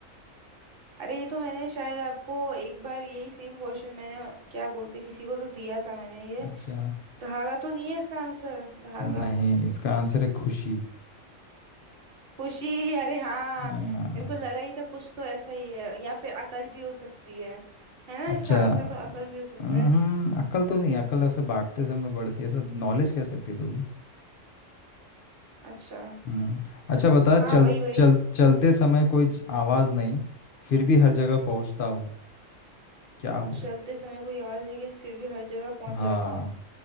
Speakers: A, on the right (about 50°); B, on the left (about 60°).
A: अरे ये तो मैंने शायद आपको एक बार यही सेम क्वेश्चन मैंने क्या बोलते किसी को तो दिया था मैंने ये
B: अच्छा
A: धागा तो नहीं है इसका आंसर धागा
B: नहीं इसका आंसर है खुशी
A: खुशी अरे हाँ
B: आ,
A: मेरे को लगा ही था कुछ तो ऐसा ही है या फिर अकल भी हो सकती है है ना
B: अच्छा
A: इसका आंसर तो अकल भी हो सकता
B: हम्म
A: है
B: अक्ल तो नहीं अक्ल ऐसे बांटते समय बढ़ती है ऐसा नॉलेज कह सकती है तू भी
A: अच्छा
B: हम्म अच्छा बता चल
A: हाँ वही वही
B: चल चलते समय कोई ज- आवाज़ नहीं फिर भी हर जगह पहुंचता हूँ क्या हूँ
A: चलते समय कोई आवाज नहीं लेकिन फिर भी हर जगह पहुंच
B: हाँ
A: जाता हूँ